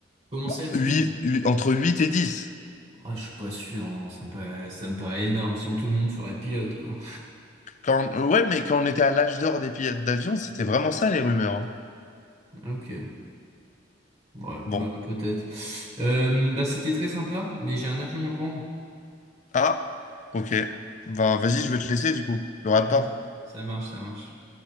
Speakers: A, on the right; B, on the left.
A: Commencer
B: Bah,
A: à dix
B: huit-
A: mille
B: huit- entre huit et dix
A: Ah, je suis pas sûr, non, ça me paraît, ça me paraît énorme. Sinon tout le monde ferait pilote, quoi.
B: Quand, ouais, mais quand on était à l'âge d'or des pilotes d'avion, c'était vraiment ça les rumeurs. hein.
A: Ok, ouais,
B: Bon.
A: bah, peut-être. Euh, bah, c'était très sympa, mais j'ai un avion à prendre.
B: Ah, ok. Ben, vas-y, je vais te laisser du coup. Ne rate
A: Ouais,
B: pas.
A: ça marche, ça marche.